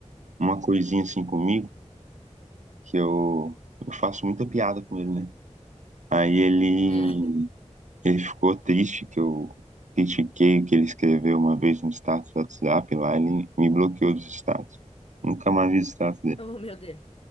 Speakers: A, on the right (about 80°); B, on the left (about 55°).
A: uma coisinha assim comigo, que eu, eu faço muita piada com ele, né? Aí ele
B: né? <laughs>
A: Ele ficou triste que eu critiquei o que ele escreveu uma vez no status do WhatsApp lá, ele me bloqueou dos status. Nunca mais vi o status dele.
B: Oh, meu Deus.